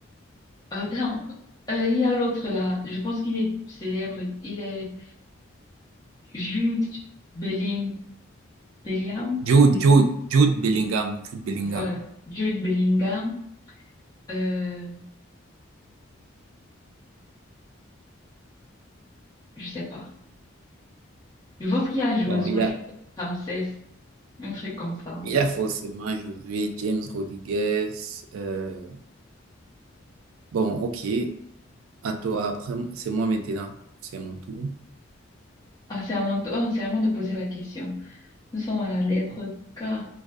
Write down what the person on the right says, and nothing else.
Jude,
Jude, Jude Bellingham, Jude Bellingham.
Bon, il y a,
il y a forcément Josué, James Rodriguez. euh, bon, ok. À toi, après, c'est moi maintenant. C'est mon tour.